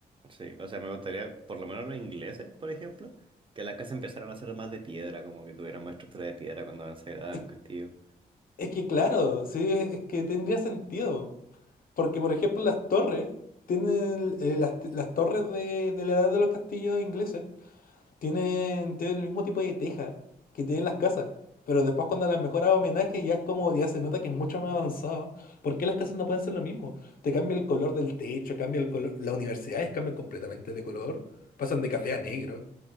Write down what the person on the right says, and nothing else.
sí. O sea, me gustaría, por lo menos los ingleses, por ejemplo, que las casas empezaran a ser más de piedra, como que tuvieran más estructura de piedra cuando avanzara
al castillo.